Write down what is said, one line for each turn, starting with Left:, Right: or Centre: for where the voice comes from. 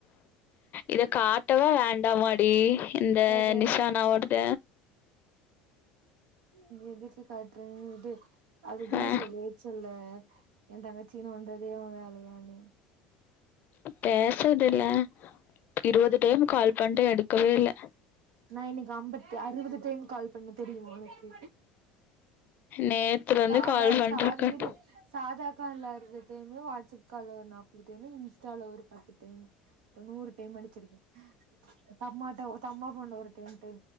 Left: இத காட்டவா வேண்டாமாடி இந்த
Right: எத
Left: நிசானாவோடத
Right: ம் எதுக்கு காட்ற விடு அதுதா
Left: ஆ
Right: சொல்லிருச்சல்ல யேன் தங்கச்சிய நோண்டறதே உன் வேலையான்னு
Left: பேசறது இல்ல இருபது டைமு கால் பண்ட்டே எடுக்கவே இல்ல
Right: நா இன்னைக்கி அம்பத்து அறுபது டைம் கால் பண்ணே தெரியுமா உனக்கு
Left: நேத்துலருந்து
Right: சாதா
Left: கால் பண்ட்ருக்கே
Right: சாத இரு சாதா கால்ல அறுவது டைமு வாட்ஸ்அப் கால்ல ஒரு நாப்பது டைமு இன்ஸ்டால ஒரு பத்து டைமு இப்ப நூறு டைம் அடிச்சிருப்பே தம்மாட்ட அ தம்மா ஃபோன்ல ஒரு டைம் ட்ரை